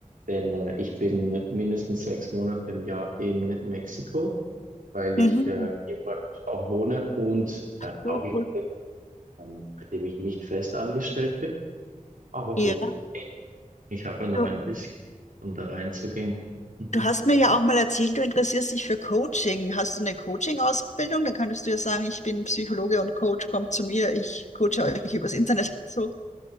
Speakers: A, on the right; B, on the left.
A: denn äh, ich bin mindestens sechs Monate im Jahr in Mexiko, weil
B: Mhm.
A: ich äh, hier praktisch auch wohne und da
B: So
A: brauche ich
B: cool.
A: natürlich, ähm, bei dem ich nicht fest angestellt bin. Aber
B: Ja.
A: gut, ich, ich habe ja noch
B: so
A: ein bisschen, um da reinzugehen. <laughs>
B: Du hast mir ja auch mal erzählt, du interessierst dich für Coaching. Hast du eine Coaching-Ausbildung? Da könntest du ja sagen, ich bin Psychologe und Coach, kommt zu mir, ich coache euch übers Internet. <laughs> So,